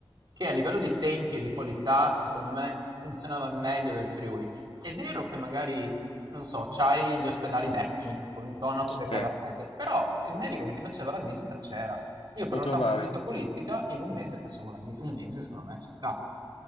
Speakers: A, on the right; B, on the left.
A: che a livello di tempi e di qualità, secondo me, funzionava meglio del Friuli. È vero che magari, non so, c'hai gli ospedali vecchi, con l'intonaco
B: Sì,
A: che cade a pezzi, però il medico che ti faceva la visita c'era. Io prenotavo
B: lo trovavi.
A: una visita oculistica, in un mese facevo la visita, un mese secondo me ci sta.